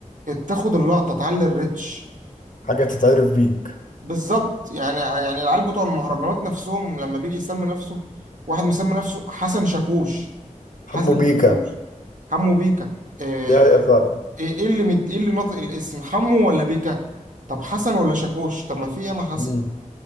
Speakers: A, on the right; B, on the left.
A: تاخد اللقطة تعلي الريتش
B: حاجه تتعرف بيك
A: بالظبط يعني يعني العيال بتوع المهرجانات نفسهم لما بيجي يسمي نفسه واحد مسمي نفسه حسن شاكوش حسن
B: حمو بيكا
A: شاكوش حمو بيكا آه،
B: دي هي فعلا
A: ايه إيه اللي مت... ايه اللي ناطق الاسم حمو ولا بيكا طب حسن ولا شاكوش طب ما في ياما حسن
B: مم.